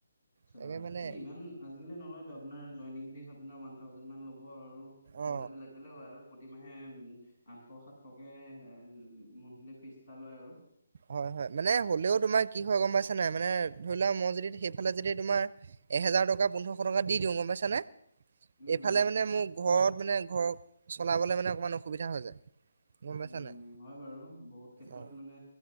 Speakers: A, on the left; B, on the right.
A: আচ্ছা
B: তাকে মানে
A: ইমান আজিকালি নলয়তো আপোনাৰ জইনিং ফিজ আপোনাৰ ওৱান থাউজেণ্ড মান ল'ব আৰু। আৰু চবতে
B: অ
A: বেলেগ বেলেগ হয় আৰু। প্ৰতিমাহে আঠশ সাতশকে এ এ মাউণ্টলি ফিজ এটা লয় আৰু।
B: হয় হয় মানে হ'লেও তোমাৰ কি হয় গম পাইছা নাই মানে ধৰি লোৱা মই যদি সেইফালে যদি তোমাৰ এহেজাৰ টকা পোন্ধৰশ টকা দিওঁ গম পাইছা নে।
A: উম
B: এইফালে
A: উম
B: মানে মো ঘৰত মানে ঘৰ চলাবলে মানে অকণমান অসুবিধা হৈ যায়। গম পাইছা
A: উম
B: নাই
A: হয় বাৰু বহুত ক্ষেত্ৰত
B: অ
A: মানে